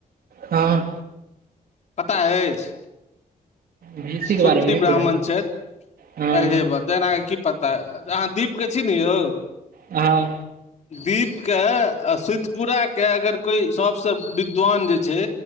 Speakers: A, on the right; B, on the left.
A: हं
B: पता अछि
A: बी एस सी
B: सूत्री
A: के बारेमे नहि
B: ब्राह्मण
A: बुझल
B: छथि
A: हँ
B: एहिरेवा तहन आहाँके की पता अहाँ दीप के छी न यौ
A: हँ
B: <inaudible> दीप के आ सुतिपुराके अगर कोइ सबसँ विद्वान जे छै